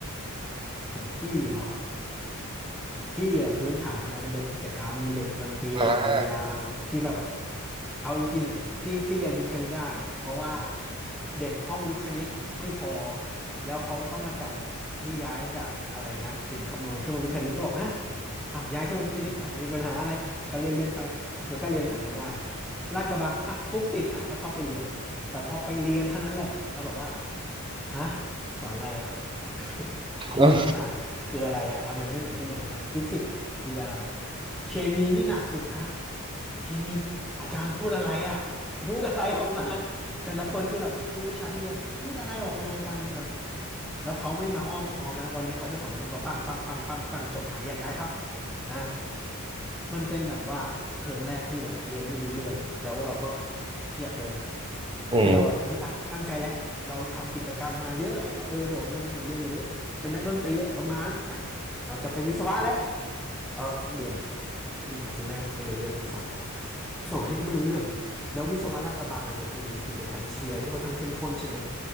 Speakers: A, in the centre; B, on the right.
A: ของพี่เหรอ พี่อ่ะพื้นฐานนะเป็นเด็กกิจกรรมเป็นเด็กดนตรีเด็กดุริยางค์ที่แบบ
B: อ่า
A: เอาจริงๆอ่ะที่ที่เรียนวิทย์คณิตได้อ่ะเพราะว่าเด็กห้องวิทย์คณิตไม่พอแล้วเขาก็มาจับพี่ย้ายจากอะไรนะศิลป์คำนวณขึ้นมาวิทย์คณิตก็บอกอ่ะอ้าวย้ายขึ้นมาวิทย์คณิตอ้าวมีปัญหาอะไรอ่ะก็เรียนเรียนไปมันก็เรียนผ่านมาได้ลาดกระบังอ่ะฟุกติดอ่ะก็เข้าไปเรียนแต่พอไปเรียนเท่านั้นแหละแล้วบอกว่าฮะสอนอะไรอ่ะ <laughs>
B: เออ
A: คณิตศาสตร์คืออะไรอะทำไมไม่เหมือนที่เรียนมาฟิสิกส์คืออะไรอะเคมีนี่หนักสุดฮะเคมีอาจารย์พูดอะไรอะพูดอะไรออกมาแต่ละคนคือแบบทุกวิชาที่เรียนอะพูดอะไรออกมากันแบบแล้วเขาไม่มาอ้อมค้อมนะวันนี้เขาจะสอนเรื่องนี้เขาปังปังปังปังปังจบอ่ะแยกย้ายครับอ่ะมันเป็นแบบว่าเทอมแรกที่แบบเรียนไม่รู้เรื่องแล้วเราก็เครียดเลยแบบ
B: อืม
A: คือเราแบบเฮ้ยตั้งตั้งใจแล้วเราทำกิจกรรมมาเยอะแล้วเออโดดโลดโนดเรียนหรือ เป็นนักดนตรีเออมาแล้วอ่ะเราจะเป็นวิศวะแล้วเออเรียนหนึ่งอาทิตย์แรกไม่รู้เรื่องสองอาทิตย์สองอาทิตย์ก็ไม่รู้เรื่องแล้ววิศวะลาดกระบังอ่ะมันจะมีกิจกรรมเชียร์ที่ค่อนข้างเข้มข้นใช่ไหม